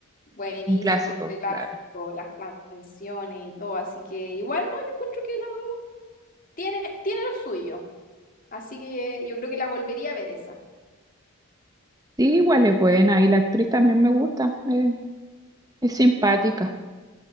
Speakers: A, on the left; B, on the right.
A: Buenísima,
B: un clásico,
A: un clásico,
B: claro.
A: las canciones y todo, así que igual no, yo encuentro que la dos tiene, tiene lo suyo, así que yo creo que la volvería a ver esa.
B: Sí, igual es buena y la actriz también me gusta, eh, es simpática.